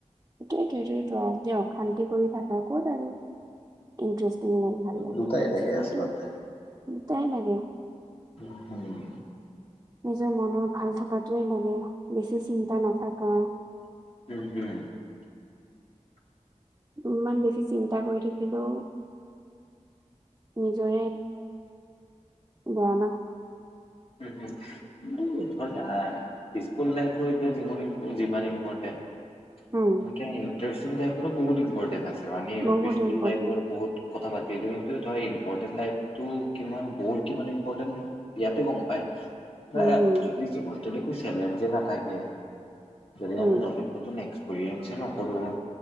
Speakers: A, on the right; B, on the left.
A: সেইটোৱে যে অশান্তি কৰি থাক ক'ত আৰু, ইটষ্ট ভাল লাগে
B: দুটাই
A: স্কুলতো
B: আচলতে
A: দুটাই লাগে।
B: উম হম।
A: নিজৰ মনৰ ভাল থকাতোৱেই লাগে, বেছি চিন্তা নথকা।
B: হুম হুম।
A: ইমান বেছি চিন্তা কৰি থাকিলেওঁ। নিজৰেই, বেয়া ন।
B: হুম হুম, কিন্তু ধৰা পিছফুল লাইফো এতিয়া যিমান যিমান ইম্পৰ্টেণ্ট।
A: উম।
B: এ ইটাৰেষ্টিং লাইফৰো বহুত ইম্পৰ্টেন্ট আছে মানে
A: বহুত
B: পিছফুল
A: ইম্পৰ্টেণ্ট
B: লাইফৰ বহুত কথা পাতি সেইটো ধৰ ইম্পৰ্টেট লাইফটো কিমান বৰ কিমান ইম্পৰ্টেট ইয়াতেই গম পায়। না,
A: উম হম
B: যদি জীৱনটোত একো চেলেঞ্জে নাথাকে, যদি
A: উম
B: আমি নতুন নতুন এক্স পেৰিয়েঞ্চেই নকৰো।